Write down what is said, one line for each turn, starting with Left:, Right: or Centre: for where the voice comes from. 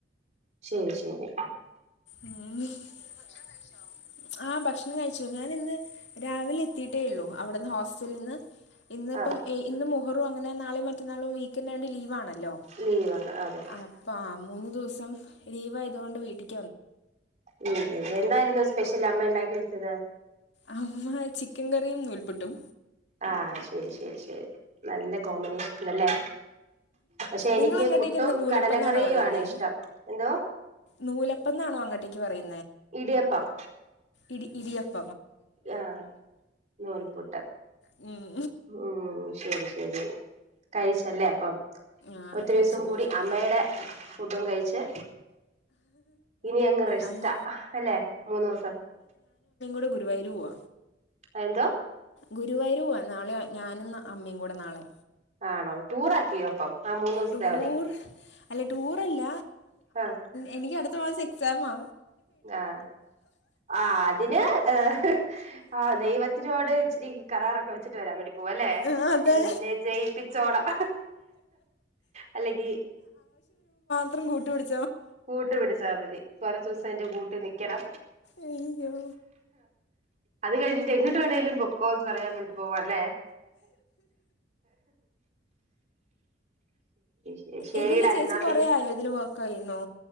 Right: ശരി ശരി
Left: ഉ ഭക്ഷണം കഴിച്ചോ ആ ഭക്ഷണം കഴിച്ചു ഞാൻ രാവിലെ എത്തിട്ടേള്ളൂ അവിടുന്ന് ഹോസ്റ്റലിന്ന് ഇന്നപ്പ
Right: ആഹ്
Left: ഇന്ന് ബ്രോ അങ്ങനെ നാളെയും മറ്റന്നാളും വി കൊണ്ട് ലീവാണല്ലോ
Right: ലീവാണ് അതെ
Left: അപ്പൊ ആ മൂന്ന് ദിവസം ലീവായതു കൊണ്ട് വീട്ടിക്ക്
Right: ഉ എന്തായിരുന്നു സ്പെഷ്യൽ അമ്മ ഉണ്ടാക്കി വെച്ചത്
Left: അമ്മ ചിക്കൻ കറിയും നൂൽപുട്ടും
Right: ആഹ് ശരി ശരി ശരി നല്ല കോമ്പിനേഷനുണ്ടല്ലേ പക്ഷെ എനിക്ക്
Left: നിങ്ങൾ അങ്ങോട്ടേക്ക്
Right: പുട്ടും
Left: എന്താ നൂലപ്പം
Right: കടലക്കറിയുമാണ്
Left: എന്നാണോ പറയുന്നേ
Right: ഇഷ്ടം എന്തോ
Left: നൂലപ്പം എന്നാണോ അങ്ങോട്ടേക്ക് പറയുന്നത്
Right: ഇടിയപ്പം
Left: ഇടി ഇടിയപ്പ്
Right: ആഹ നൂൽപുട്ട്
Left: ഉം
Right: ഉം ശരി ശരി കഴിച്ചല്ലേ അപ്പം
Left: ആ
Right: ഒത്തിരി
Left: കഴിച്ചു
Right: ദിവസം
Left: കഴിച്ചു
Right: കൂടി അമ്മയുടെ ഫുഡും കഴിച്ച് ഇനി അങ്ങ് റെസ്റ്റാ
Left: അന്ന്
Right: അല്ലെ മൂന്ന് ദിവസം
Left: ടെ ഗുരുവായൂർ പോവുവ
Right: എന്തോ
Left: ഗുരുവായൂ പോവുവ നാളെ ഞാനും അമ്മയും കൂടെ നാളെ
Right: ആണോ ടൂർ ആക്കിയോ അപ്പം ആ മൂന്ന് ദിവസത്തെ
Left: ടൂർ
Right: അവധി
Left: അല്ല ടൂർ അല്ല
Right: ആഹ്
Left: എനിക്ക് അടുത്ത മാസം എക്സാം ആ
Right: ആഹ ആ അതിന് ഏ ആഹ ദൈവത്തിനോട് ഇച്ചിരി കരാറൊക്കെ വെച്ചിട്ട് വരാൻ വേണ്ടി പോവും അല്ലേ
Left: ആഹ് അതെ
Right: എന്നെ ജയിപ്പിച്ചോണം അല്ലെങ്കി
Left: എത്ര കൂട്ടപിടി
Right: കൂട്ടു പിടിച്ചാൽ മതി കൊറ ദിവസം എന്റെ കൂട്ടിൽ നൽക്കണം
Left: അ്യോ
Right: അത് കഴിഞ്ഞിട്ട് എങ്ങിട്ട് വേണേങ്കലും പൊക്കും ക്കോത് പറയാൻ മട്ട് പോവല്ലേ ശരി ശരിടാ
Left: ഇതില് ചേച്ചി
Right: എന്നാ
Left: കൊറേ
Right: പിന്നെ
Left: ആയോ ഇതില് വർക്ക്യുന്നോ